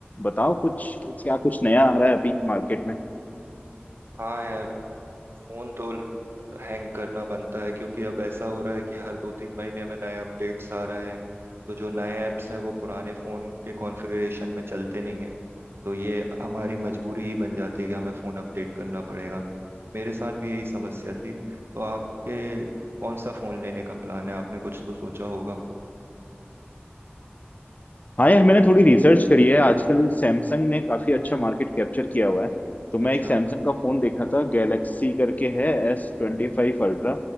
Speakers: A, on the left (about 40°); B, on the right (about 70°).
A: बताओ कुछ क्या कुछ नया आ रहा है अभी मार्केट में
B: हाँ यार फोन तो हैंग करना बनता है क्योंकि अब ऐसा हो रहा है कि हर दो तीन महीने में नए अपडेट्स आ रहे हैं तो जो नए ऐप्स हैं वो पुराने फोन के कॉन्फ़िगरेशन में चलते नहीं हैं तो ये हमारी मजबूरी ही बन जाती है कि हमें फोन अपडेट करना पड़ेगा मेरे साथ भी यही समस्या थी तो आपके कौन सा फोन लेने का प्लान है आपने कुछ तो सोचा होगा
A: हाँ यार मैंने थोड़ी रिसर्च करी है आजकल सैमसंग ने काफी अच्छा मार्केट कैप्चर किया हुआ है तो
B: अच्छा
A: मैं एक सैमसंग का फोन देख रहा था गैलेक्सी करके है एस ट्वेंटी फाइव अल्ट्रा